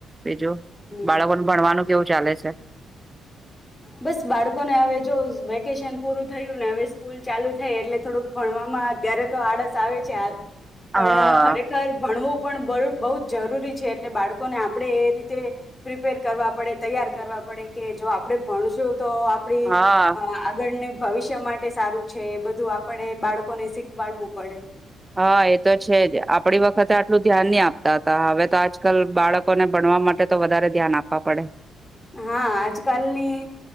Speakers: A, on the right; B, on the left.
A: બેજો
B: હમ
A: બાળકોનું ભણવાનું કેવું ચાલે છે?
B: બસ બાળકોને હવે જો વેકેશન પૂરું થયું ને હવે સ્કૂલ ચાલુ થાય એટલે થોડુંક ભણવામાં અત્યારે તો આળસ આવે છે હાલ
A: હા
B: પણ ખરેખર ભણવું પણ બહુ જ જરૂરી છે એટલે બાળકોને આપણે એ રીતે પ્રિપેર કરવા પડે તૈયાર કરવા પડે કે જો આપડે ભણશું તો આપડી
A: હા
B: અ આગળને ભવિષ્ય માટે સારું છે એ બધું આપણે બાળકોને શીખવાડવું પડે.
A: હા એ તો છે જ આપડી વખતે આટલું ધ્યાન નહી આપતા હતા હવે તો આજકાલ બાળકોને ભણવા માટે તો વધારે ધ્યાન આપવા પડે.
B: હા આજકાલની